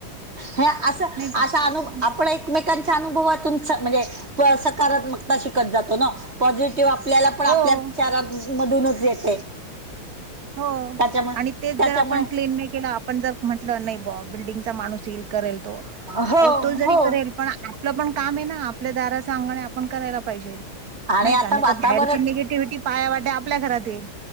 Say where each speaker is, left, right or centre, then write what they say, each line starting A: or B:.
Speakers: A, on the right; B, on the right.
A: ह असं
B: नाही का
A: आस
B: हं.
A: अनु आपण एक एकमेकांच्या अनुभवातून म्हणजे सकारात्मकता शिकत जातो ना पॉझिटिव्ह आपल्याला आपण आपल्या
B: हो
A: विचारां मधूनच येते
B: हो
A: त्याच्यामुळे
B: आणि तेच
A: त्याच्यामुळे
B: जर आपण क्लीन नाही केला आपण जर म्हंटलं नाही बुवा बिल्डिंगचा माणूस येईल करेल तो
A: हो
B: अहो तो जरी
A: हो
B: करेल पण आपलं पण काम आहे ना आपल्या दाराचं अंगण आपण करायला पाहिजे
A: आणि
B: नाही
A: आता
B: का नाही
A: वातावरण
B: तर बाहेरची निगेट टिव्हिटी पाया वाटे आपल्या घरात येईल